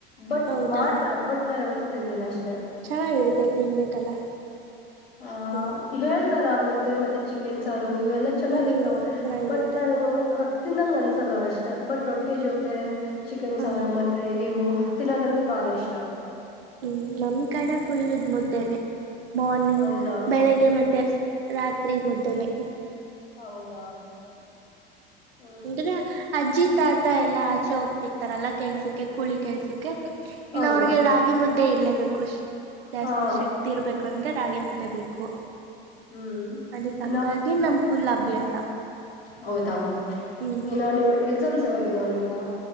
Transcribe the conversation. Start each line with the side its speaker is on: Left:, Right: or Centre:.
Left: ಬಟ್
Right: ಹೌದಾ
Left: ಮಾಡ್ತಾರ ಬಟ್ ನಾನು ಯಾವತ್ತೇ ತಿಂದಿಲ್ಲ ಅಷ್ಟ
Right: ಚೆನ್ನಾಗಿರುತ್ತೆ ತಿನ್ಬೇಕಲ್ಲ
Left: ಹ
Right: ಹ್ಮ್
Left: ಇತರ ಮುದ್ದೆ ಮತ್ತೆ ಚಿಕೆನ್ ಸಾರು ಇವೆಲ್ಲಾ ಚೆನ್ನಾಗಿ
Right: ಹ್ಮ್
Left: ಇರ್ತಾವ
Right: ಚೆನ್ನಾಗಿರುತ್ತೆ
Left: ಬಟ್ ನನಗ ತಿನ್ನಂಗ ಅನ್ಸಲ್ಲ ಅಷ್ಟೆ ಬಟ್ ರೊಟ್ಟಿ ಜೊತೆ ಚಿಕನ್
Right: ಹಾ
Left: ಸಾರು ಮತ್ತೆ ಇವು ತಿನ್ನೋದಂದ್ರೆ ಬಾಳ ಇಷ್ಟ
Right: ಹ್ಮ್ ನಮ್ ಕಡೆ ಫುಲ್ಲದ್ ಮುದ್ದೆನೆ ಮಾರ್ನಿಂಗ್
Left: ಹೌದಾ
Right: ಬೆಳಿಗ್ಗೆ ಮತ್ತೆ ರಾತ್ರಿ ಮುದ್ದನೇ
Left: ಹೌದಾ ಹ್ಮ್
Right: ಹ್ಮ್ಂತ ಆಜ ಆಾತ ಎಲ್ಲ ಆಚೆ ಹೋಗ್ತಿರ್ತಾರಲ್ಲ ಕೆಲ್ಸಕ್ಕೆ ಕೂಳಿ ಕೆಲ್ಸ ಇನ್ನು
Left: ಹೌದು
Right: ಅವ್ರಿಗೆ ರಾಗಿ ಮುದ್ದೆ ಇರಲೇಬೇಕುಷ್ಟ ಜಾಸ್ತಿ
Left: ಹಾ
Right: ಶಕ್ತಿ ಇರ್ಬೇಕಂದ್ರೆ ರಾಗಿ ಮುದ್ದೆ ಬೇಕು
Left: ಹ್ಮ್
Right: ಅ ಹಂಗಾಗಿ
Left: ಇನ್ನ
Right: ನಮ್ ಫುಲ್ ಅಭ್ಯಾಸ
Left: ಹೌದಾ
Right: ಹ್ಮ್
Left: ಇನ್ನ ನೀವು ಎಕ್ಸಾಮ್ಸ್ ಯಾವಾಗಿದ್ದಾವ ನಿಮಗ